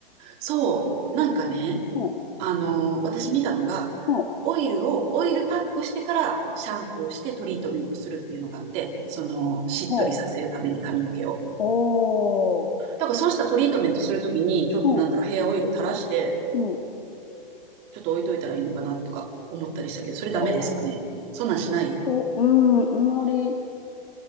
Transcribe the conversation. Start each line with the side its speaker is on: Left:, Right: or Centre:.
Right: そう、なんかね、
Left: ん。
Right: あの、私見たのが、
Left: うん。
Right: オイルを、オイルパックしてからシャンプーしてトリートメントするっていうのがあって、その、しっとりさせるために髪の毛を。
Left: うん。おー。
Right: だからそうしたトリートメントするときに、ちょっとなんだろう、
Left: うん。
Right: ヘアオイル垂らして、
Left: うん。
Right: ちょっと置いといたらいいのかなとか思ったりしたけど、それダメですかね。
Left: あー
Right: そんなんしないトリー
Left: と、うん、あんまり、